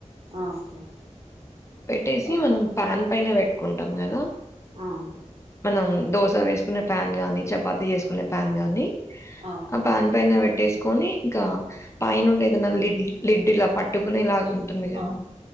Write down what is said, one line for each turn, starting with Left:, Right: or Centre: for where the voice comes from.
Right: ఓకే
Left: పెట్టేసి
Right: ఓ,
Left: మనం పాన్ పైన పెట్టుకుంటాం కదా
Right: అవును
Left: మనం దోస వేసుకునే ప్యాన్ గానీ చపాతి చేసుకునే ప్యాన్ గాని
Right: ఓకే
Left: ఆ పాన్ పైన పెట్టేసు కొని ఇంకా పాయ నుండి ఏదైనా లిడ్ లిడ్ ఇలా పట్ పెట్టుకునేలాగా
Right: లెడ్
Left: ఉంటుంది కదా
Right: ఓకే